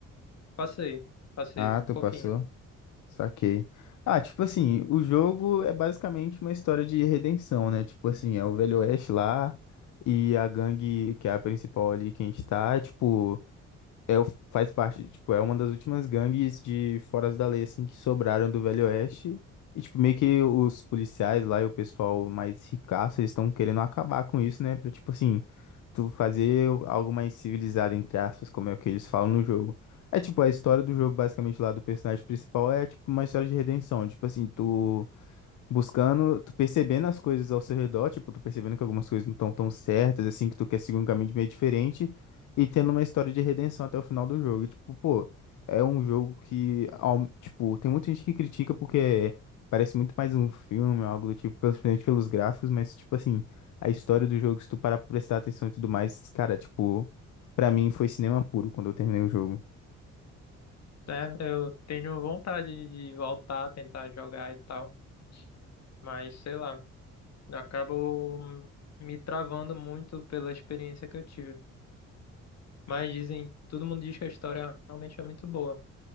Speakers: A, on the left (about 60°); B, on the left (about 75°).
A: Passei, passei,
B: Ah,
A: um
B: tu
A: pouquinho.
B: passou. Saquei. Ah, tipo assim, o jogo é basicamente uma história de redenção, né? Tipo assim, é o Velho Oeste lá e a gangue, que é a principal ali que a gente tá, tipo. é, o- faz parte, tipo, é uma das últimas gangues de foras da lei, assim, que sobraram do Velho Oeste. E, tipo, meio que os policiais lá e o pessoal mais ricaço, eles estão querendo acabar com isso, né? Pra, tipo, assim, tu fazer algo mais civilizado, entre aspas, como é o que eles falam no jogo. É, tipo, a história do jogo, basicamente, lá do personagem principal é, tipo, uma história de redenção. Tipo, assim, tu buscando, tu percebendo as coisas ao seu redor, tipo, tu percebendo que algumas coisas não estão tão certas, assim, que tu quer seguir um caminho de meio diferente, e tendo uma história de redenção até o final do jogo. E, tipo, pô, é um jogo que, ao- tipo, tem muita gente que critica porque parece muito mais um filme, algo do tipo, pelo- principalmente pelos gráficos, mas, tipo, assim, a história do jogo, se tu parar pra prestar atenção e tudo mais, cara, tipo, pra mim foi cinema puro quando eu terminei o jogo.
A: É, eu tenho vontade de voltar, tentar jogar e tal, mas sei lá, acabo hum, me travando muito pela experiência que eu tive. Mas dizem, todo mundo diz que a história realmente é muito boa.